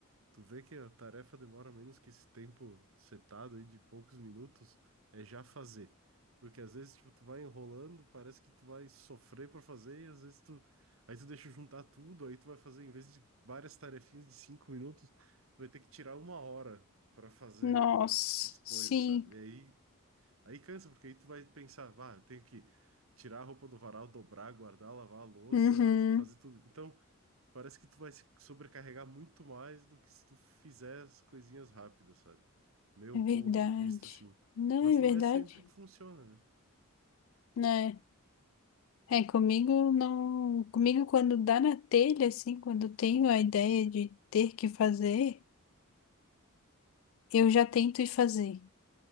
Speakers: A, on the right; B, on the left.
A: Tu vê que a tarefa demora menos que esse tempo setado aí de poucos minutos, é já fazer. Porque às vezes, tipo, tu vai enrolando, parece que tu vai sofrer para fazer, e às vezes tu. Aí tu deixa juntar tudo, aí tu vai fazer, em vez de várias tarefinhas de cinco minutos, vai ter que tirar uma hora para fazer
B: Nossa,
A: as coisas,
B: sim.
A: sabe? E aí Aí cansa, porque aí tu vai pensar, ah, eu tenho que tirar a roupa do varal, dobrar, guardar, lavar a louça,
B: Uhum.
A: fazer tudo. Então, parece que tu vai se sobrecarregar muito mais do que se tu fizer as coisinhas rápidas, sabe? Meu
B: É verdade.
A: ponto de vista, assim.
B: Não
A: Mas
B: é
A: não
B: verdade,
A: é sempre que funciona, né?
B: né? É, comigo não. Comigo, quando dá na telha, assim, quando eu tenho a ideia de ter que fazer, eu já tento ir fazer.